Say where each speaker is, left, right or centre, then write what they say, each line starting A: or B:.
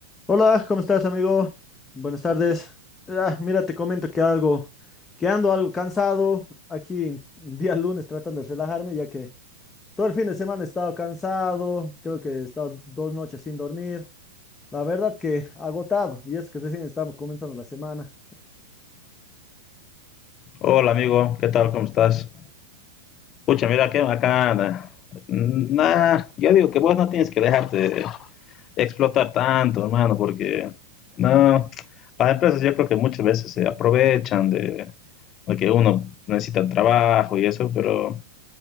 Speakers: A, on the left; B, on the left.
A: Hola, ¿cómo estás, amigo? Buenas tardes. Ah, mira, te comento que algo, que ando algo cansado aquí en día lunes tratando de relajarme, ya que todo el fin de semana he estado cansado, creo que he estado dos noches sin dormir. La verdad que agotado, y es que recién estamos comenzando la semana.
B: Hola amigo, ¿qué tal? ¿Cómo estás? Pucha, mira que acá, na- Nah, yo digo que vos no tienes que dejarte explotar tanto, hermano, porque no, las empresas yo creo que muchas veces se aprovechan de, de que uno necesita el trabajo y eso, pero